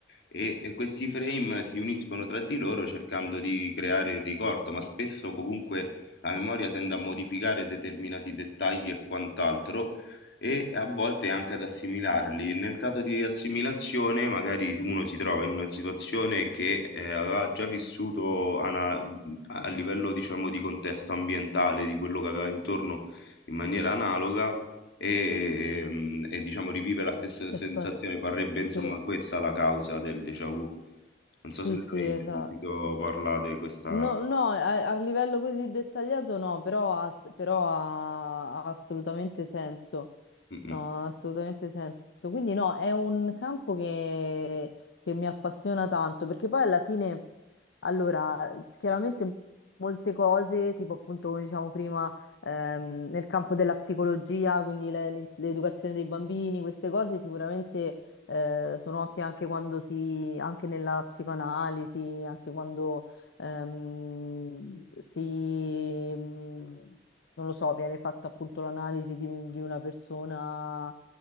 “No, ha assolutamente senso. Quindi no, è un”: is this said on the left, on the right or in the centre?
Left